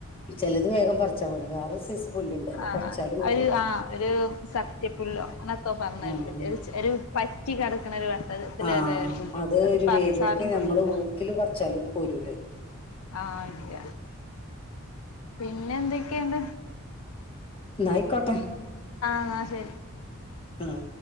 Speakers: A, on the left; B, on the left.
A: ചിലത് വേഗം പറിച്ചാ പോവൂല വേറെ സൈസ് പുല്ലുണ്ട് അത്
B: ആ
A: പറിച്ചാലും കിട്ടൂല
B: ഒരു ആ ഒരു സത്യപുല്ലോ ഇപ്പ പറഞ്ഞത്
A: ആഹ്
B: ഒരു ഒരു പറ്റികടക്ക്ണ ഒരു വട്ടത്തിലല്ലേ
A: ആ
B: ഒരു പുല്ല്
A: അത് ഒരു
B: പറിച്ചാലും
A: വേരോടുക്ക നമ്മള്
B: കിട്ടൂല
A: ഊക്കില് പറിച്ചാലും പോരുലത്
B: ആ ഇല്യ പിന്നെ എന്തെക്കെണ്ട്?
A: ന്നായിക്കോട്ടെ.
B: എന്നാ ശരി
A: ആ